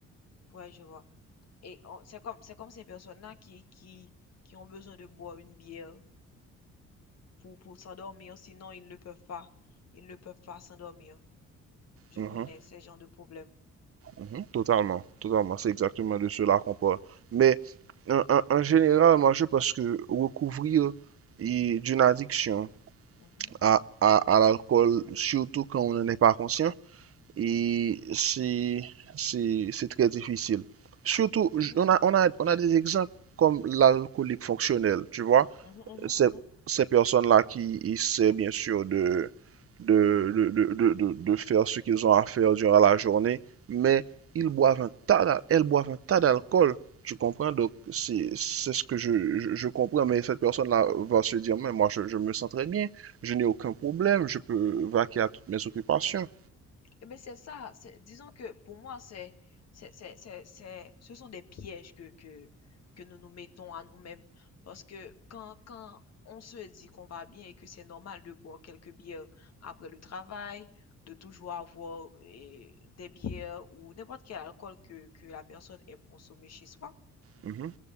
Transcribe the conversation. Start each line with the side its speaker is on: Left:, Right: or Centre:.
Left: Ouais, je vois. Et on- c'est comme, c'est comme ces personnes-là qui, qui, qui ont besoin de boire une bière pour, pour s'endormir, sinon ils ne peuvent pas, ils ne peuvent pas s'endormir. Je
Right: Mhm.
Left: connais ce genre de problème.
Right: Mhm, Totalement, totalement. C'est exactement de cela qu'on parle. Mais en, en- en général, moi, je pense que recouvrir et d'une addiction
Left: Mhm,
Right: à, à, à l'alcool, surtout quand on n'en est pas conscient, et c'est, c'est, c'est très difficile. Surtout,
Left: mhm,
Right: j- on a, on a, on a des exemples comme l'alcoolique fonctionnel, tu vois
Left: mhm, mhm,
Right: ces,
Left: mhm.
Right: ces personnes-là qui essaient bien sûr de, de, de, de- de- de- faire ce qu'ils ont à faire durant la journée, mais ils boivent un tas, d'a- elles boivent un tas d'alcool. Tu comprends? Donc, c'est c'est ce que je, je- je comprends, mais cette personne-là va se dire, mais moi, je, je me sens très bien, je n'ai aucun problème, je peux vaquer à toutes mes occupations.
Left: Eh ben, c'est ça. c'est- Disons que pour moi, c'est, c'est, c'est, c'est, c'est- ce sont des pièges que, que, que nous nous mettons à nous-mêmes. Parce que quand, quand on se dit qu'on va bien et que c'est normal de boire quelques bières après le travail, de toujours avoir eh, des bières ou n'importe quel alcool que, que la personne aime consommer chez soi,
Right: Mhm,